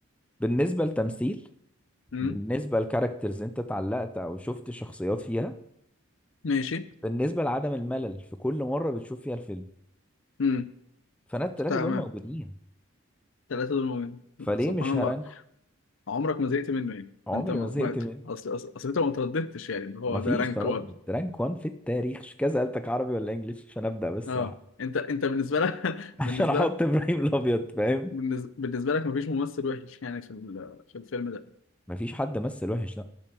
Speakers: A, in the centre; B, on the left.
A: بالنسبة لتمثيل
B: امم
A: بالنسبة لكاركترز انت اتعلقت او شفت شخصيات فيها
B: ماشي
A: بالنسبة لعدم الملل في كل مرة بتشوف فيها الفيلم
B: امم
A: فانا التلاتة
B: تمام
A: دول موجودين
B: ثلاثة دول مؤمنين
A: فليه
B: سبحان
A: مش
B: الله
A: هرانكو
B: عمرك ما زهقت منه يعني
A: عمري
B: انت ما
A: ما زهقت
B: ما-
A: منه
B: اصل اصل اصل انت ما ترددتش يعني اللي هو
A: مفيش
B: ده رانك
A: تردد
B: 1
A: رانك وان في التاريخ مش كذا سألتك عربي ولا انجليش عشان ابدأ بس
B: اه
A: <laughs> أ-
B: انت انت بالنسبة لك <laughs>
A: عشان
B: بالنسبة
A: احط
B: لك
A: ابراهيم الابيض فاهم
B: بالنس- بالنسبة لك مفيش ممثل وحش يعني في ال- في الفيلم ده
A: مفيش حد مثل وحش لا